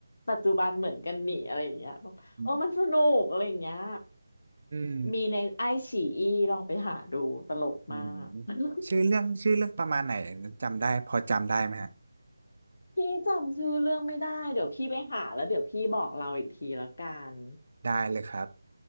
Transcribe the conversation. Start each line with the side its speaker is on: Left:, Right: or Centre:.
Left: ปัจจุบันเหมือนกันนี่อะไรอย่างเงี้ยแบบเออมันสนุกอะไรอย่างเงี้ย
Right: อืมอืม
Left: มีในไอฉีอีลองไปหาดูตลกมาก
Right: อืม
Left: <laughs>
Right: ชื่อเรื่องชื่อเรื่องประมาณไหนจำได้พอจำได้ไหมฮะ
Left: พี่จำชื่อเรื่องไม่ได้เดี๋ยวพี่ไปหาแล้วเดี๋ยวพี่บอกเราอีกทีละกัน
Right: ได้เลยครับ